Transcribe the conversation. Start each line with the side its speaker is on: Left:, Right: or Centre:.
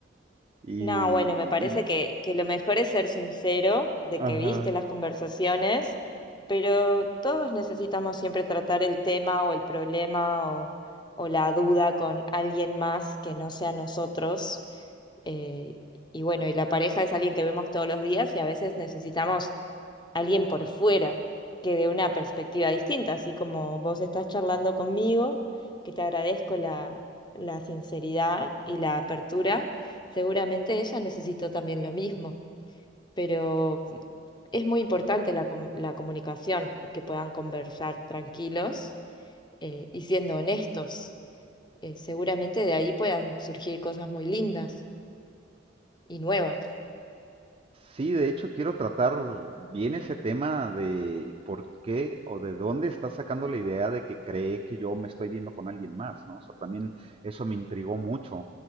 Right: y,
Left: No, bueno, me parece
Right: y- y-
Left: que, que lo mejor es ser sincero de
Right: ajá.
Left: que viste las conversaciones, pero todos necesitamos siempre tratar el tema o el problema o, o la duda con alguien más que no sea nosotros. eh, y bueno, y la pareja es alguien que vemos todos los días y a veces necesitamos alguien por fuera que de una perspectiva distinta, así como vos estás charlando conmigo, que te agradezco la, la sinceridad y la apertura, seguramente ella necesitó también lo mismo, pero es muy importante la, com- la comunicación y que puedan conversar tranquilos eh, y siendo honestos. Eh, seguramente de ahí puedan surgir cosas muy lindas y nuevas.
Right: Sí, de hecho, quiero tratar bien ese tema de por qué o de dónde está sacando la idea de que cree que yo me estoy viendo con alguien más, ¿no? O sea, también eso me intrigó mucho.